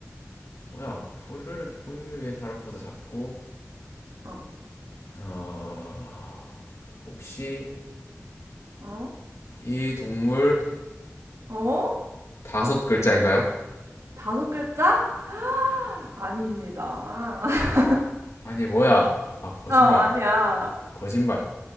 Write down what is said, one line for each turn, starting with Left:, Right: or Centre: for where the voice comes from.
Left: 뭐야 포유류 포유류의 사람보다 작고
Right: 어. 어.
Left: 어 혹시
Right: 어?
Left: 이 동물
Right: 어?
Left: 다섯 글자인가요?
Right: 다섯 글자? 아닙니다. <laughs>
Left: 아니 뭐야 아 거짓말
Right: 어, 아니야.
Left: 거짓말